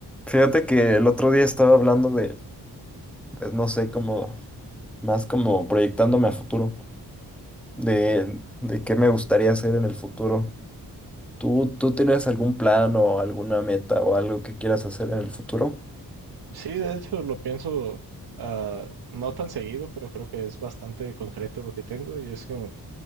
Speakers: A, in the centre; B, on the right.
A: Fíjate que el otro día estaba hablando de, pues no sé, como más como proyectándome a futuro, de, de qué me gustaría hacer en el futuro. ¿Tú, tú tienes algún plan o alguna meta o algo que quieras hacer en el futuro?
B: Sí, de hecho lo pienso ah, no tan seguido, pero creo que es bastante concreto lo que tengo y es como,